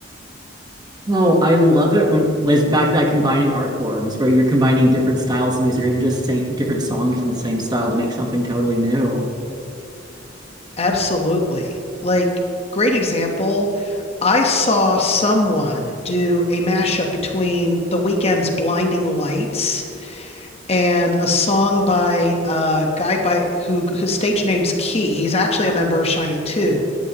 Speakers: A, on the right; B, on the left.
A: Oh, I love it when like back to that combining art forms where you're combining different styles of music or even just same, different songs in the same style to make something totally new.
B: Absolutely. Like, great example. I saw someone do a mashup between The Weeknd's Blinding Lights and a song by a guy by who his stage name's Key. He's actually a member of Shiny too.